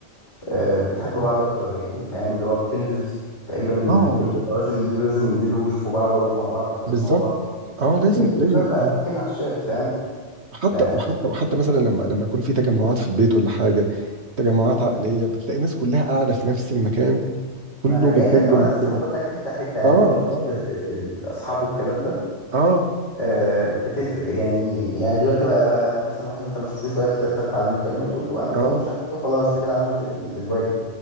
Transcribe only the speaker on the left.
آه، بتحب بعض اكتر يعني فاهم اللي هو بتنزل تقريبا
كل
ما يعوزوا ينزلوا لازم ينزلوا ويشوفوا بعض ويقعدوا مع بعض ويتكلموا
مع بعض
دلوقتي
الهزار بقى
ممكن على الشات فاهم
بقى-
ما انا جاي
لك وانا بس
باخد لك حته حته يعني
برضو
ال- ال- ال- الاصحاب والكلام ده
آه، بتفرق يعني يعني دلوقتي بقى بقى مثلا واحد انت ما شفتوش بقالك كتير ترفع عليه مكالمه تقول له اعمل
ايه ومش عارف ايه وخلاص انت كده عملت ال- الواجب